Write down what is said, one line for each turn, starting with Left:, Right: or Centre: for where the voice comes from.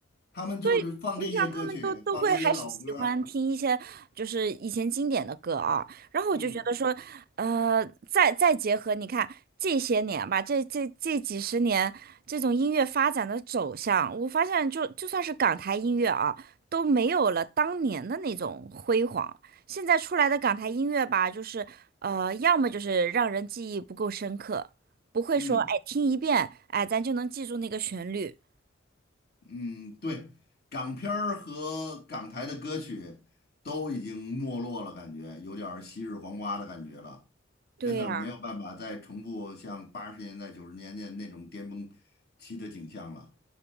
Left: 他们就就放这些歌曲，
Right: 所以你想，他们都都会还是喜欢听一些就是以前经典的歌啊。
Left: 放这些老歌儿
Right: 然后我就觉得说，
Left: 嗯
Right: 呃，再再结合你看这些年吧，这这这几十年这种音乐发展的走向，我发现就就算是港台音乐啊，都没有了当年的那种辉煌。现在出来的港台音乐吧，就是呃，要么就是让人记忆不够深刻，不会说哎听一遍哎咱就能记住那个旋律。
Left: 嗯。嗯，对，港片儿和港台的歌曲都已经没落了，感觉有点儿昔日黄花的感觉了。
Right: 对呀、
Left: 真的没有办法再重复像八十年代、九十年代那种巅峰期的景象了。